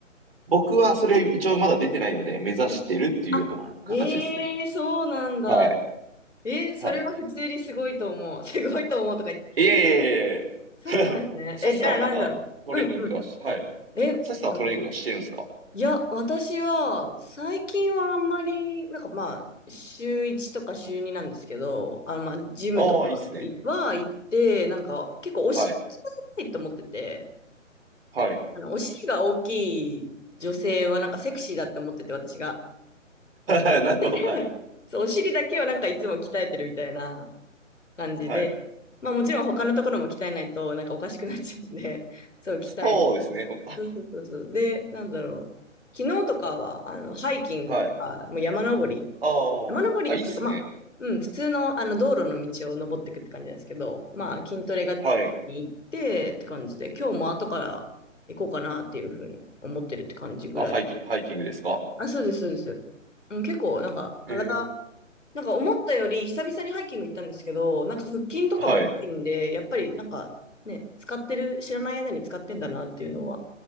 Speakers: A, on the right (about 45°); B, on the left (about 65°).
A: 僕はそれは一応まだ出てないので、目指してるっていうような形ですね。
B: うんあ、ええーそうなんだ。
A: はい。
B: えーそれは普通にすごいと思う。
A: は
B: <laughs> すごいと思うとか言って。
A: い。いえいえいえいえ。
B: えそうなんですね。
A: <laughs> サチさんはなんかトレーニングとかし、
B: え、じゃあなんだろう。うんうん。
A: はい。
B: え、
A: サチさんはトレーニングとかしてるんですか
B: あいや、私は、最近はあんまり、なんかまあ、週1とか週2なんですけど、あの、まあ、ジムとか
A: ああ、いいっすね。
B: は行って、なんか、結構お尻鍛
A: はい。
B: えたいと思ってて、
A: はい。
B: あの、お尻が大きい女性はなんかセクシーだって思ってて、私が。
A: <laughs> なるほど。
B: <laughs>
A: はい。
B: そう、お尻だけをなんかいつも鍛えてるみたいな感じで、
A: はい。
B: まあもちろん他のところも鍛えないとなんかおかしくなっちゃうんで、<laughs> そう、鍛えてみたい。
A: そうですね。お
B: そうそうそうそう。で、なんだろう。昨日とかは、あの、ハイキングとか、
A: はい。
B: もう山登り。
A: ああ。
B: 山登りっていうか、
A: あ、いいっすね。
B: まあ、うん、普通の、あの、道路の道を登っていくって感じなんですけど、まあ、筋トレが行ってって感じで、
A: はい。
B: 今日も後から行こうかなっていうふうに思ってるって感じぐらい。
A: あ、ハイキ、ハイキングですか
B: あ、そうです、そうです。うん、結構、なんか、体、
A: ええ。
B: なんか思ったより久々にハイキング行ったんですけど、なんか腹筋とかもいいんで、
A: はい。
B: やっぱりなんかね、使ってる、知らない間に使ってんだなっていうのは